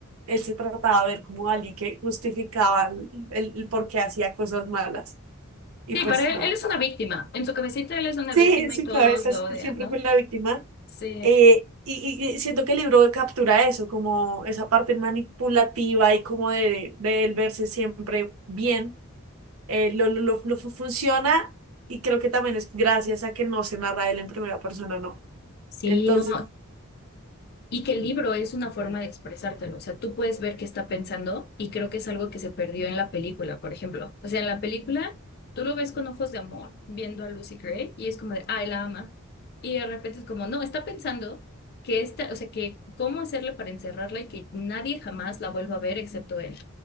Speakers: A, on the right (about 75°); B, on the left (about 45°).
A: él se trataba de ver como alguien que justificaba el, el por qué hacía cosas malas. Y
B: Sí,
A: pues
B: para
A: no,
B: él, él es una víctima. En su cabecita él es una
A: sí,
B: víctima
A: en su
B: y todos
A: cabeza
B: lo
A: siempre
B: odian, ¿no?
A: fue la víctima.
B: Sí.
A: Eh, y, y- y siento que el libro captura eso, como esa parte manipulativa y como de, de él verse siempre bien, eh, lo, lo, lo- lo fu- funciona y creo que también es gracias a que no se narra él en primera persona, ¿no?
B: Sí,
A: Entonces
B: no. y que el libro es una forma de expresártelo. O sea, tú puedes ver qué está pensando y creo que es algo que se perdió en la película, por ejemplo. O sea, en la película tú lo ves con ojos de amor viendo a Lucy Gray y es como de, ay, la ama. Y de repente es como, no, está pensando que esta, o sea, que cómo hacerle para encerrarla y que nadie jamás la vuelva a ver excepto él.